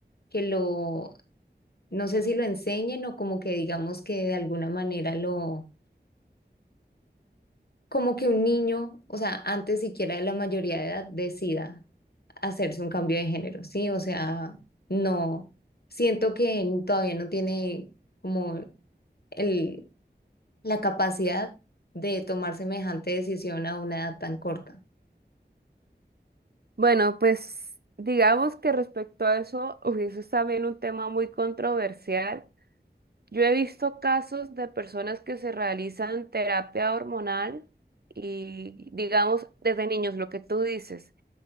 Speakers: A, on the left; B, on the right.
A: que lo No sé si lo enseñen o como que digamos que de alguna manera lo, como que un niño, o sea, antes siquiera de la mayoría de edad, decida hacerse un cambio de género, ¿sí? O sea, no, siento que n- todavía no tiene como el, la capacidad de tomar semejante decisión a una edad tan corta.
B: Bueno, pues digamos que respecto a eso, uy, eso es también un tema muy controversial. Yo he visto casos de personas que se realizan terapia hormonal y digamos desde niños, lo que tú dices.